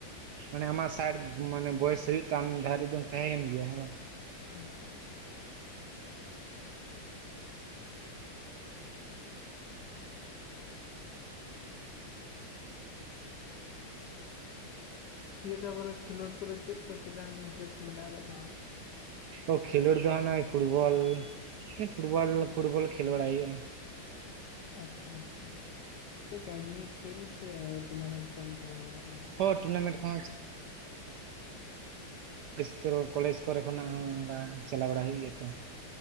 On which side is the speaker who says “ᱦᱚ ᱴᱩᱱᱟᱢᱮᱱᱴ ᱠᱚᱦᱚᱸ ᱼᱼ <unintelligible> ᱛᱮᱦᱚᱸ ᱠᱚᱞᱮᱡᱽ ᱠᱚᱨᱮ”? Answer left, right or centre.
Right